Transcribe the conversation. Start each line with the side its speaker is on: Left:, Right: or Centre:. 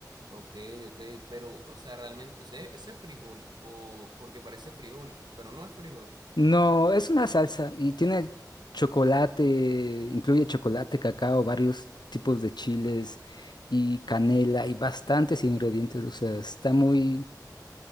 Right: ok, ok, pero, o sea, realmente, o sea, ¿eso es frijol? O porque parece frijol, pero no es frijol.
Left: No, es una salsa y tiene chocolate, incluye chocolate, cacao, varios tipos de chiles y canela y bastantes ingredientes, o sea, está muy,